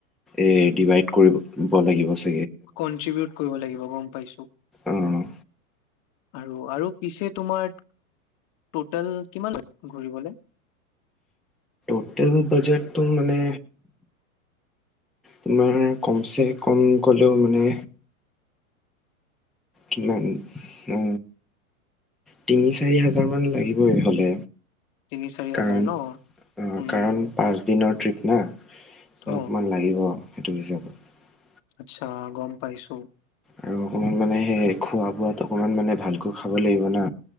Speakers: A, in the centre; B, on the left.
A: এ এ ডিভাইড কৰি-ব লাগিব চা
B: কন্ট্ৰিবিউট কৰিব লাগিব গম পাইছোঁ।
A: অঁ
B: আৰু-আৰু পিছে তোমাৰ টোটেল কিমান <unintelligible> ঘূৰিবলে।
A: এজে বাজেটটো মানে তোমাৰ কমচে-কম গলেও মানে কিমান অ, তিনি-চাৰি হাজাৰ মান লাগিবই হ'লে।
B: তিনি চাৰি
A: কাৰণ
B: হাজাৰ ন
A: অ',
B: উম
A: কাৰণ পাঁচ দিনৰ ট্ৰিপ না ত
B: অ
A: অকমান লাগিব। সেইটো হিচাপত।
B: আচ্ছা গম পাইছোঁ।
A: আৰু অকমান, মানে সেই খোৱা-বোৱাত অকমান, মানে ভালকৈ খাব লাগিব না।